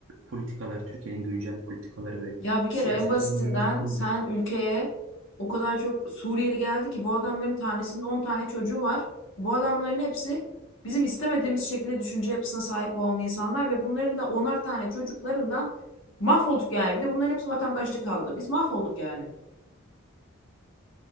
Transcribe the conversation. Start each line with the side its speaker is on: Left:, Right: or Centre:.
Right: politikalar, Türkiye'nin güncel politikaları ve
Left: Ya bir kere
Right: siyaseti
Left: en basitinden
Right: bunu mümkün kılmıyor.
Left: sen ülkeye o kadar çok Suriyeli geldi ki bu adamların tanesinin 10 tane çocuğu var. Bu adamların hepsi bizim istemediğimiz şekilde düşünce yapısına sahip olan insanlar ve bunların da onar tane çocuklarından mahvolduk yani. Bir de bunların hepsi vatandaşlık aldı. Biz mahvolduk yani.